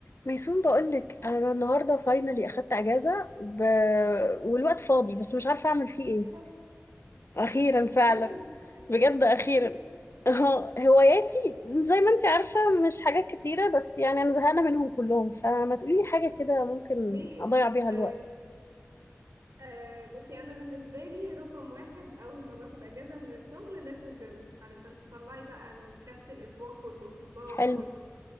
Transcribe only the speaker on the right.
أخيرا
أخيرا
أخيرا
سابوكي
<laughs>
ليه؟
طيب
آه بصي أنا بالنسبة لي رقم واحد أول ما باخد أجازة من الشغل لازم جيم علشان تطلعي بقى الكبت الأسبوع كله الباور
كله